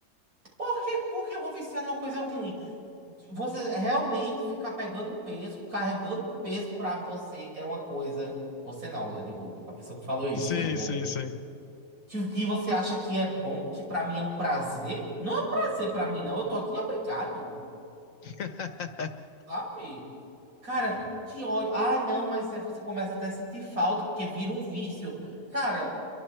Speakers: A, on the right; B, on the left.
A: Por que, por que eu vou viciar numa coisa ruim? Você realmente ficar pegando peso, carregando peso pra você é uma coisa. Você não, eu digo, a pessoa que falou isso,
B: Sim,
A: né, obviamente.
B: sim, sim.
A: Que, que você acha que é bom, que pra mim é um prazer? Não é um prazer pra mim, não. Eu tô aqui obrigado.
B: <laughs>
A: Sabe? Cara, que ódio. Ai, não, mas aí você começa até a sentir falta, porque vira um vício. Cara,